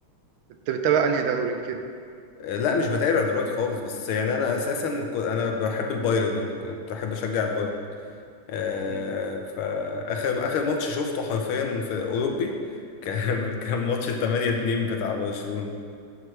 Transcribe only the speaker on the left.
آه لا مش بتابع دلوقتي خالص بس يعني انا اساسا ك- انا بحب البايرن يعني كنت بحب اشجع البايرن آه،
فآخر آخر ماتش شفته حرفيا في أوروبي كان <laughs> كان ماتش التمانية اتنين بتاع برشلونة